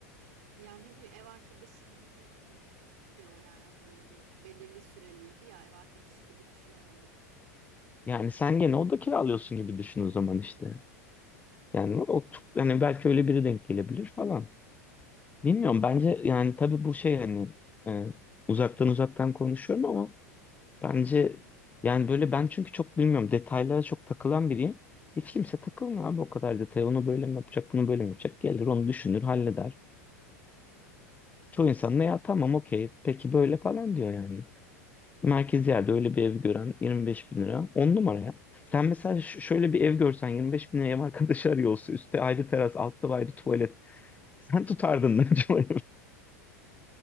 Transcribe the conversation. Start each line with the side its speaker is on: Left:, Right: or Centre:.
Right: Yani bir ev arkadaşı gibi değil diyor yani hani böyle bir belirli süreliydi ya ev arkadaşı gibi düşünemedim.
Left: Yani sen gene oda kiralıyorsun gibi düşün o zaman işte. Yani o çok, yani belki öyle biri denk gelebilir falan. Bilmiyorum
Right: Hı
Left: bence yani tabii bu şey hani e, uzaktan uzaktan konuşuyorum ama bence
Right: hı. hı.
Left: yani böyle ben çünkü çok bilmiyorum detaylara çok takılan biriyim. Hiç kimse takılmıyor abi o kadar detaya onu böyle mi yapacak bunu böyle mi yapacak gelir onu düşünür halleder. Çoğu insan da ya tamam okey peki böyle falan diyor yani. Merkezi yerde öyle bir ev gören 25 bin lira 10 numara ya. Sen mesela ş- şöyle bir ev görsen 25 bin liraya ev arkadaşı arıyor olsa üstte ayrı teras altta ayrı tuvalet <laughs> sen tutardın mı acaba?